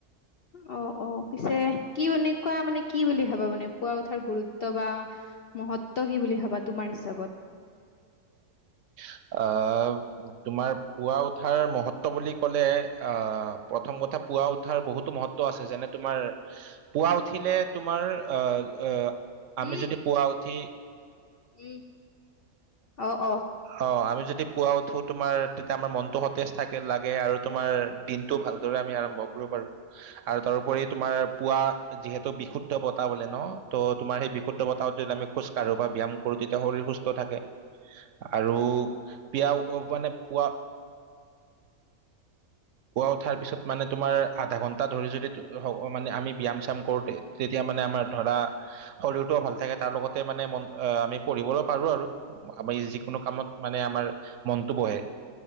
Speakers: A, on the left; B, on the right.
A: <unintelligible> অ' অ' পিছে কি এনেকুৱা মানে কি বুলি ভাবা মানে পোৱা উঠাৰ গুৰুত্ব বা মহত্ব কি বুলি ভাবা তোমাৰ হিচাপত
B: আহ তোমাৰ পুৱা উঠাৰ মহত্ব বুলি ক'লে আহ প্ৰথম কথা পুৱা উঠাৰ বহুতো মহত্ব আছে যেনে তোমাৰ পুৱা উঠিলে তোমাৰ আহ
A: উম
B: আমি যদি পুৱা উঠি
A: উম অ অ
B: অ' আমি যদি পুৱা উঠো তোমাৰ তেতিয়া আমাৰ মনটো সতেজ থাকে লাগে আৰু তোমাৰ দিনটো ভালদৰে আমি আৰম্ভ কৰিব পাৰো আৰু তাৰোপৰি তোমাৰ পুৱা যিহেতু বিশুদ্ধ বতাহ বলে ন ত তোমাৰ সেই বিশুদ্ধ বতাহত যদি আমি খোজকাঢ়ো বা ব্যায়াম কৰো তেতিয়া শৰীৰ সুস্থ থাকে আৰু পিয় মানে পুৱা
A: <inaudible>
B: পুৱা উঠাৰ পিছত মানে তোমাৰ আধা ঘন্টা ধৰি যদি মানে আমি ব্যয়াম চাম কৰো তেতিয়া মানে আমাৰ ধৰা শৰীৰটোও ভাল থাকে তাৰ লগতে মানে মন আ আমি পঢ়িবলৈ পাৰো আৰু আমি যিকোনো কামত মানে আমাৰ মনটো বহে